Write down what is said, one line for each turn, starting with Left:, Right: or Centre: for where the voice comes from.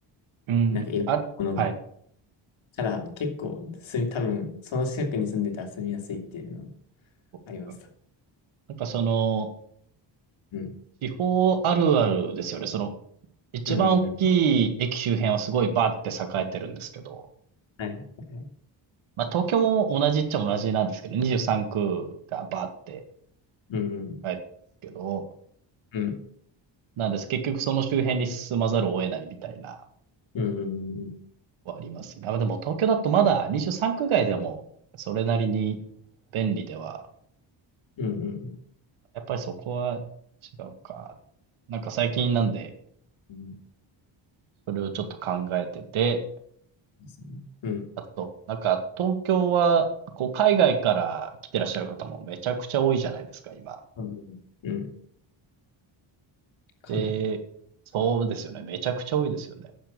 Right: うん、
Left: なんかいろんなものが。
Right: あ、はい。
Left: から結構住み、多分その近くに住んでたら住みやすいっていうの
Right: そうですよね
Left: あります。
Right: なんかその、
Left: うん。
Right: 地方あるあるですよね。その、一番大きい駅周辺はすごいバーって栄えてるんですけど、
Left: うん。うんはい。はい。
Right: まあ東京も同じっちゃ同じなんですけど、23区がバーって
Left: うん。
Right: 栄えてますけど、
Left: うん。
Right: なんです。結局その周辺に進まざるを得ないみたいな、
Left: うん。うん。
Right: はありますね。あ、でも東京だとまだ23区外でもそれなりに便利では、
Left: うん。うん。
Right: やっぱりそこは違うか。なんか最近なんで、
Left: うん
Right: それをちょっと考えてて、
Left: ですねうん。
Right: あと、なんか、東京は、こう、海外から来てらっしゃる方もめちゃくちゃ多いじゃないですか、今。
Left: うん。うん。かなり。
Right: で、そうですよね。めちゃくちゃ多いですよね。